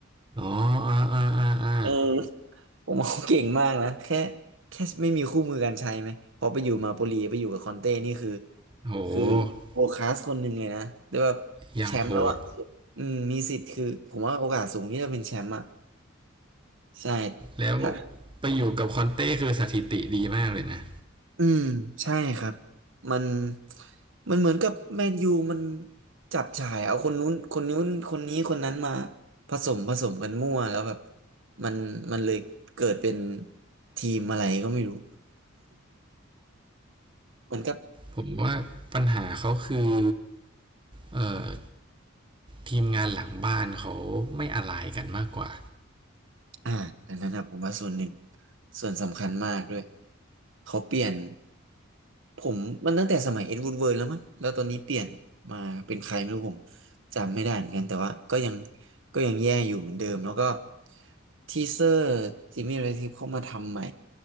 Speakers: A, on the right; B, on the right.
A: อ๋ออ่าอ่าอ่าอ่า
B: เออผมว่าเขาเก่งมากนะแค่แค่ไม่มีคู่มือการใช้ไหมพอไปอยู่มาโปลีไปอยู่กับคอนเต้นี่คือ
A: โห
B: คือโวคลาสคนหนึ่งเลยนะแต่ว่า
A: อย่างโหด
B: แชมป์แล้วอ่ะอืมมีสิทธิ์คือผมว่าโอกาสสูงที่จะเป็นแชมป์อ่ะใช่
A: แล้ว
B: ถ้า
A: ไปอยู่กับคอนเต้คือสถิติดีมากเลยนะ
B: อืมใช่ครับมันมันเหมือนกับแมนยูมันจับฉ่ายเอาคนนู้นคนนู้นคนนี้คนนั้นมาผสมผสมกันมั่วแล้วแบบมันมันเลยเกิดเป็นทีมอะไรก็ไม่รู้มันก็
A: ผมว่าปัญหาเขาคือเอ่อทีมงานหลังบ้านเขาไม่อะไรกันมากกว่า
B: อ่าอันนั้นนะผมว่าส่วนหนึ่งส่วนสำคัญมากด้วยเขาเปลี่ยนผมมันตั้งแต่สมัยเอ็ดวูดเวิร์ดแล้วมั้งแล้วตอนนี้เปลี่ยนมาเป็นใครไม่รู้ผมจำไม่ได้เหมือนกันแต่ว่าก็ยังก็ยังแย่อยู่เหมือนเดิมแล้วก็ทีเซอร์จิมมี่เรทิฟเข้ามาทำใหม่